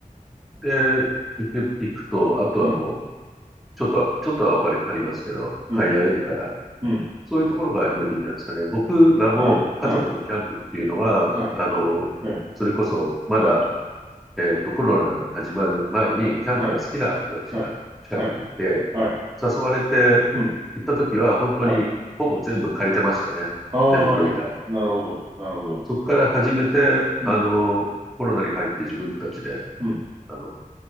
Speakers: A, in the centre; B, on the right (about 30°).
A: で、行く、行くと、あとはもう、
B: うん。
A: ちょっと、ちょっとはお金かかりますけど、
B: うん。
A: 買いられるから、
B: うん。
A: そういうところが始めていいんじゃないですかね。僕らも家族のキャンプっていうのは、
B: はい。はい。はい。
A: あの、
B: はい。
A: それこそまだ、
B: はい。
A: えっと、コロナが始まる前にキャンプが好きな人たちが近くにいて、
B: はい。はい。はい。はい。はい。
A: 誘われて行った時は本当にほぼ全部借りてましたね。
B: うん。はい。あ
A: 寝袋以外。
B: あ、なるほど。なるほど。
A: そこから始めて、
B: うん。
A: あの、コロナに入って自分たちで、
B: うん。
A: あの、